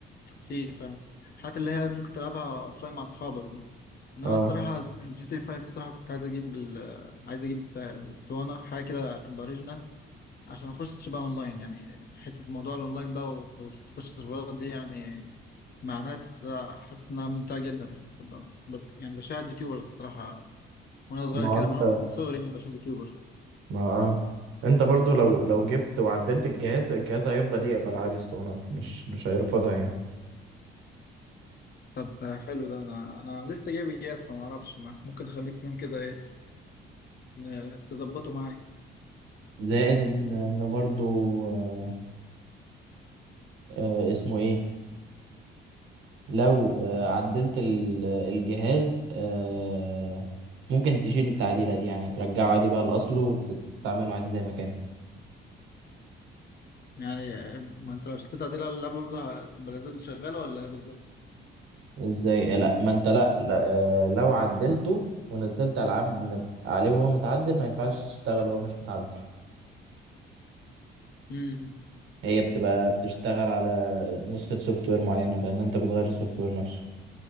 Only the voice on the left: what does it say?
في فعلا الحاجات اللي هي ممكن تلعبها اوفلاين مع اصحابك دي انا
الصراحه جي تي 5 الصراحه كنت عايز اجيب ال... عايز اجيب بتاع اسطوانه حاجه كده تبقى اوريجينال عشان اخش بقى اونلاين يعني حته موضوع الاونلاين بقى وتخش السيرفرات دي يعني مع ناس لا، حاسس انها ممتعه جدا طب- بت- يعني بشاهد يوتيوبرز الصراحه وانا صغير
كده
من من صغري يعني بشاهد يوتيوبرز
طب حلو ده انا انا لسه جايب جهاز ما اعرفش ما ممكن اخليك فيهم كده ايه ن- تظبطه معايا
يعني ما انت لو شتيت عديل على اللعبه برضه هتبقى لازال شغاله ولا ايه بالظبط؟
امم